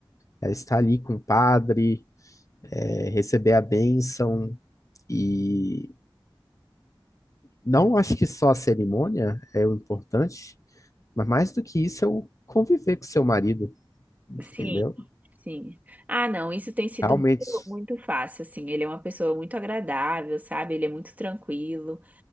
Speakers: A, on the left (about 40°); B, on the right (about 20°).
A: É estar ali com o padre, é, receber a bênção e não acho que só a cerimônia é o importante, mas mais do que isso é o conviver com seu marido, entendeu?
B: Sim, sim. Ah, não, isso tem sido
A: Realmente,
B: muito, muito fácil, assim. Ele é uma pessoa muito agradável, sabe? Ele é muito tranquilo.